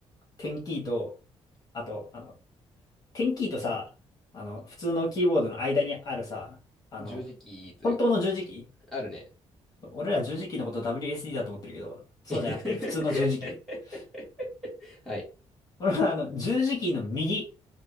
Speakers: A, on the left; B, in the centre.
A: テンキーと、あと、あの、テンキーとさ、あの、普通のキーボードの間にあるさ、あの、
B: 十字キーというか。
A: 本当の十字キ
B: あるね。
A: ー俺ら十字キーのこと WSD だと思ってるけど、そうじゃなくて普通の十字キー。
B: <laughs> はい。
A: 俺はあの、十字キーの右